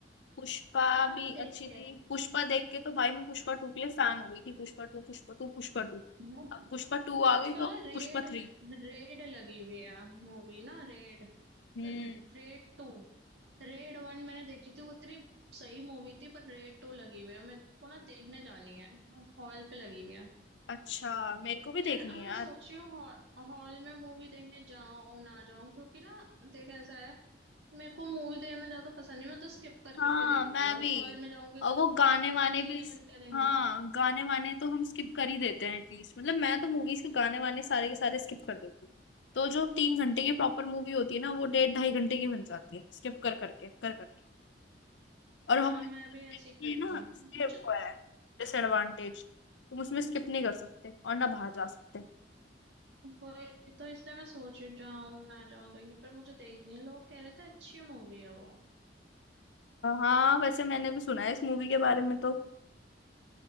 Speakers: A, on the left; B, on the right.
A: पुष्पा
B: हाँ मैंने
A: भी
B: देखी
A: अच्छी थी
B: है
A: पुष्पा देख के तो भाई मैं पुष्पा टू के लिए फैन हो गई थी Pushpa two Pushpa two Pushpa two
B: यार,
A: अब पुष्पा टू आ
B: आजकल
A: गई तो
B: ना रेड
A: पुष्पा थ्री
B: रेड लगी हुई है मूवी ना raid
A: हम्म
B: raid two Raid one मैंने देखी थी वो इतनी सही मूवी थी पर रेड टू लगी हुई है मेरे को ना देखने जानी है हॉल पे लगी हुई है
A: अच्छा मेरे को भी
B: यार
A: देखनी
B: अब
A: है
B: मैं
A: यार
B: सोच रही हूँ हॉल में मूवी देखने जाऊं ना जाऊं क्योंकि ना देख ऐसा है मेरे को मूवी देखना ज्यादा पसंद नहीं मैं तो स्किप कर
A: हाँ
B: करके देखती
A: मैं
B: हूँ अब
A: भी
B: हॉल में जाऊंगी
A: और
B: तो
A: वो गाने
B: पूरा
A: वाने
B: तीन
A: भी
B: घंटे देखना
A: हाँ गाने वाने तो हम स्किप कर ही देते हैं एटलीस्ट मतलब मैं तो मूवीज के गाने वाने सारे के सारे स्किप कर देती हूँ तो जो तीन घंटे की प्रॉपर मूवी होती है ना वो डेढ़ ढाई घंटे की बन जाती है स्किप कर करके कर करके और
B: हाँ
A: हमारे
B: मैं भी ऐसे ही करती
A: ये ना
B: हूँ
A: उसके
B: मुझे-
A: वो है डिसएडवांटेज तुम उसमें स्किप नहीं कर सकते और ना बाहर जा सकते
B: वही तो इसलिए मैं सोच रही हूँ जाऊं ना जाऊं देखने पर मुझे देखनी है लोग कह रहे थे अच्छी मूवी है वो
A: हाँ वैसे मैंने भी सुना है इस मूवी के बारे में तो